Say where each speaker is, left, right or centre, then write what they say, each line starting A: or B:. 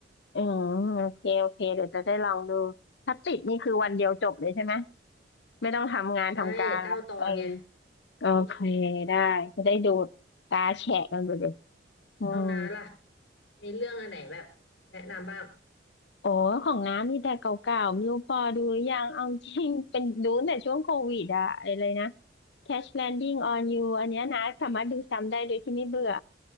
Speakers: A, on the left (about 65°); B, on the left (about 85°).
A: อืมโอเค โอเคเดี๋ยวจะได้ลองดู ถ้าติดนี่คือวันเดียวจบเลยใช่ไหม ไม่ต้องทำงานทำการละเออ
B: ใช่เก้าตอนไง
A: โอเค ได้ จะได้ดูแบบตาแฉะกันไปเลยอืม
B: เราน้าล่ะมีเรื่องอันไหนแบบแนะนำบ้าง
A: โอ้ ของน้ำมีแต่เก่าๆ ไม่รู้พอดูหรือยังเอาจริง <laughs> เป็นดูตั้งแต่ช่วงโควิดอะไอ้เลยนะ Crash Landing on You อันเนี้ยนะสามารถดูซ้ำได้โดยที่ไม่เบื่อ